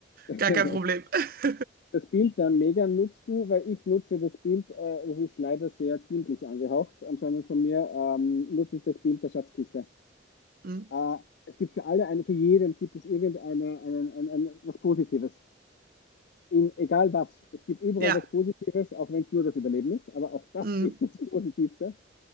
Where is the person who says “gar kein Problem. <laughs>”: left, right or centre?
Right